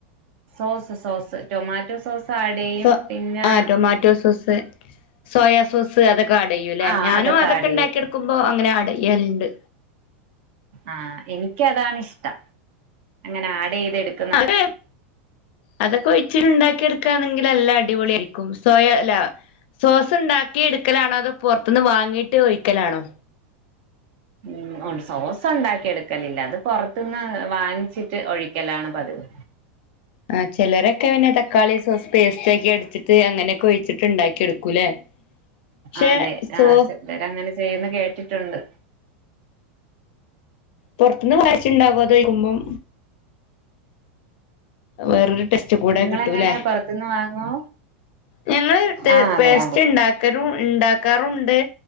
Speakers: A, on the right; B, on the left.
A: sauce sauce tomato sauce add ചെയ്യും
B: സോ
A: പിന്നെ
B: ആ ടൊമാറ്റോ സോസ് സോയാ സോസ് അതൊക്കെ ആടൂയെല്ലേ
A: ആഹ്
B: ഞാനും അതൊക്കെ
A: ആഡ്
B: ഇണ്ടാക്കിഎടുക്കുമ്പോ
A: ചെയ്യും
B: അങ്ങനെ ആടയലുണ്ട്
A: ആഹ എനിക്ക് അതാണിഷ്ടം അങ്ങനെ ആഡ് ചെയ്ത എടുക്ക
B: അതെ അതൊക്കെ ഒഴിച്ചിട്ട് ഇണ്ടാക്കി എടുക്കാണെങ്കിൽ നല്ല അടിപൊളിയ ആയിരിക്കും സ്വയം അല്ല സോസ് ഉണ്ടാക്കി എടുക്കലാണോ അതോ പുറത്തുനിന്ന് വാങ്ങിട്ട് ഒഴിക്കലാണോ
A: ഉ ഉണ്ട് സോസ ഉണ്ടാക്കി എടുക്കലില്ല അത് പുറത്തുന്ന് വാങ്ങിച്ചിട്ട് ഒഴിക്കലാണ് പതിവ്
B: ആ ചിലരൊക്കെ പിന്നെ തക്കാളി സോസ് പേസ്റ്റ ഒക്കെ അടിച്ചിട്ട് അങ്ങനെയൊക്കെ ഒഴിച്ചിട്ട് ഇണ്ടാക്കി എടുക്കൂല്ലേ പക്ഷെ
A: അതെ
B: സോ
A: ആ ചെലര് അങ്ങനെ ചെയ്യുന്ന കേട്ടിട്ടുണ്ട്
B: പുറത്തുന്ന് വാങ്ങിച്ചുണ്ടാകോ അതിക്കുമ്പം വേറരു ടെസ്റ്റ് കൂടെ
A: നിങ്ങളെങ്ങനെ
B: കിട്ടുല്ലേ
A: പുറത്തുന്ന് വാങ്ങോ
B: ഞങ്ങൾ ട്ടെ
A: ആഹ്
B: പേസ്റ്റ്
A: അതെ അതെ
B: ഇണ്ട ക്കലും ഇണ്ടാക്കാറുണ്ട്